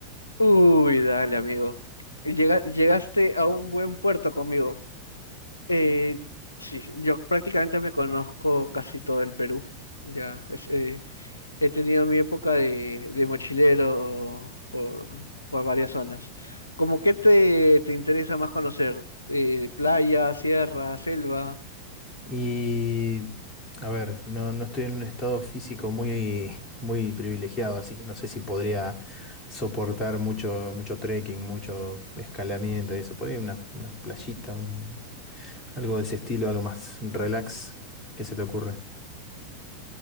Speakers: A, on the left (about 80°); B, on the left (about 20°).
A: Uy, dale, amigo. Llega- llegaste a un buen puerto conmigo. Eh, sí, yo prácticamente me conozco casi todo el Perú. Ya, es, eh, he tenido mi época de, de mochilero por, por varias zonas. ¿Cómo qué te, te interesa más conocer? Eh, playa, sierra, selva,
B: Y a ver, no, no estoy en un estado físico muy, <laughs> muy privilegiado, así que no sé si podría soportar mucho, mucho trekking, mucho escalamiento y eso. Por ahí una, una playita, un- algo de ese estilo, algo más relax. ¿Qué se te ocurre?